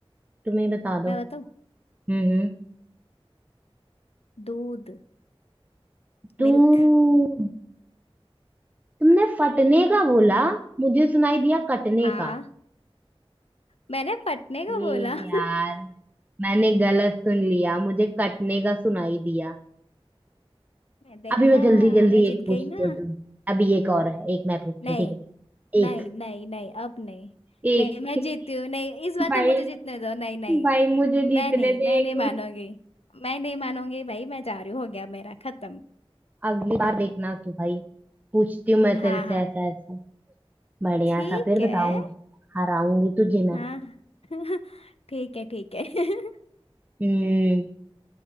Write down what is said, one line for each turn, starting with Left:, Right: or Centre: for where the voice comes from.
Right: तुम्हें बता दो
Left: मैं बताऊँ
Right: हम्म हम्म
Left: दूध
Right: दूध
Left: मिल्क
Right: तुमने फटने का बोला मुझे सुनाई दिया कटने
Left: हाँ
Right: का
Left: मैंने फटने को
Right: ये
Left: बोला
Right: यार
Left: <laughs>
Right: मैंने गलत सुन लिया मुझे कटने का सुनाई दिया
Left: मैं देखा
Right: अभी मैं जल्दी जल्दी
Left: मैं जीत
Right: एक पूछती
Left: गई ना
Right: हूँ तुम अभी एक और है एक मैं पूछती
Left: नहीं
Right: हूँ ठीक है
Left: नहीं
Right: एक
Left: नहीं नहीं अब नहीं
Right: एक
Left: नहीं मैं
Right: एक
Left: जीती हूँ नहीं इस बार
Right: भाई
Left: तो मुझे जीतने दो नहीं नहीं
Right: भाई मुझे जीतने
Left: मैं नहीं
Right: दे
Left: मैं
Right: एक
Left: नहीं मानूंगी मैं नहीं मानूंगी भाई मैं जा रही हूँ हो गया मेरा खत्म
Right: अगली बार देखना तू भाई पूछती हूँ मैं
Left: हाँ
Right: तेरे
Left: हाँ
Right: से ऐसा ऐसा बढ़िया
Left: ठीक
Right: सा फिर
Left: है
Right: बताऊंगी हराऊंगी तुझे मैं
Left: हाँ <laughs> ठीक है ठीक है <laughs>
Right: हम्म